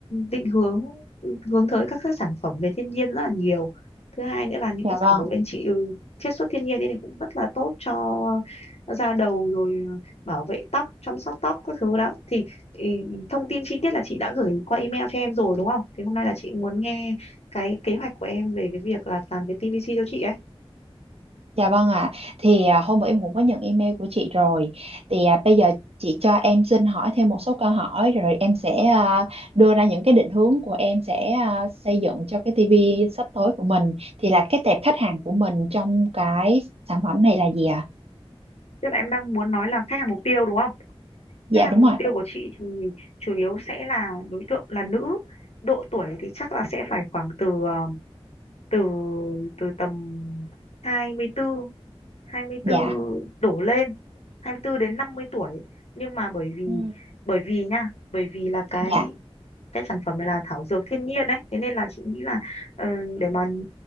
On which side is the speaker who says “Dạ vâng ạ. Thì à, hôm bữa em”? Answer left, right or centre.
Right